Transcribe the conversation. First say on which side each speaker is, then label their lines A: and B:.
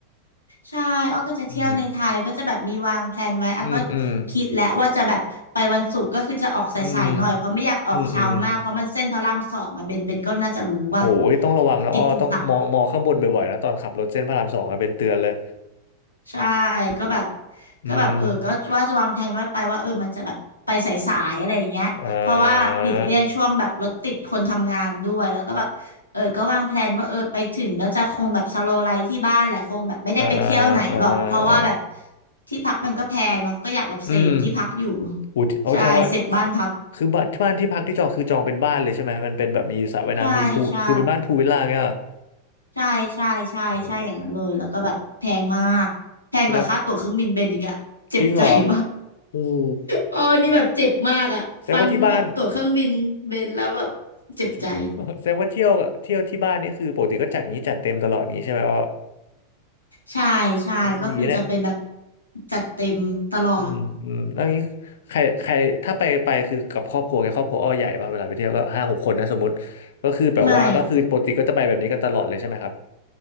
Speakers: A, on the left; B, on the left.
A: ใช่อ้อก็จะเที่ยวในไทยก็จะแบบมีวางแพลนไว้อ่ะก็
B: อืมอืมอืม
A: คิดแล้วว่าจะแบบไปวันศุกร์ก็คือจะออกสายๆหน่อยเพราะไม่อยากออกเช้ามากเพราะมันเส้นพระรามสองอ่ะเบนเบนก็น่าจะรู้ป่ะ
B: อืมอืมอืม โอ้ยต้องระวังนะอ้อต้องมองมองข้างบนบ่อยๆนะตอนขับรถเส้นพระรามสองอะเป็นเตือนเลย
A: กิตติศัพท์ ใช่ก็แบบ
B: อืม
A: ก็แบบเออก็ว่าจะวางแผนว่าไปว่าเออมันจะแบบไปสายๆอะไรอย่างเงี้ยเพราะว่าหลีกเลี่ยงช่วงแบบรถติดคนทำงานด้วยแล้วก็แบบเออก็วางแพลนว่าเออไปถึงก็จะคงแบบสโลว์ไลฟ์ที่บ้านแหละคงแบบไม่ได้ไปเที่ยวไหนหรอกเพราะว่าแบบ
B: อ่าอ่าอ่าอ่า
A: ที่พักมันก็แพงเนาะก็อยากแบบเซฟที่พักอยู่
B: อืมอูทีเอาแสดงว่า
A: ใช่เซฟบ้านพัก
B: คือบ้านบ้านที่พักที่จองคือจองเป็นบ้านเลยใช่ไหมมันเป็นแบบมีสระว่ายน้ำมีพูลคือเป็นบ้านพูลวิลล่าเงี้ยเหรอ
A: ใช่ใช่ใช่ใช่ใช่ใช่อย่างนั้นเลยแล้วก็แบบแพงมากแพงกว่าค่าตั๋วเครื่องบินเบนอีกอะเจ็บใจว่ะ
B: โอ้โหแสดงจริงเหรอโอ้โห
A: เออนี่แบบเจ็บมากอะฟังแบบตั๋วเครื่องบินเบนแล้วแบบเจ็บใจ
B: แสดงว่าที่บ้าน <laughs> แสดงว่าเที่ยวเที่ยวที่บ้านนี่คือปกติก็จัดงี้จัดเต็มตลอดงี้ใช่ไหมอ้อ
A: ใช่ใช่ก็คือจะเป็นแบบ
B: เทสดีเนี่ย
A: จัดเต็มตลอด
B: อืมอืมแล้วอย่างนี้ใครใครถ้าไปไปคือกับครอบครัวไงครอบครัวอ้อใหญ่ป่ะเวลาไปเที่ยวก็ห้าหกคนนะสมมติก็คือแบบว่าก็คือปกติก็จะไปแบบนี้กันตลอดเลยใช่ไหมครับ
A: ไม่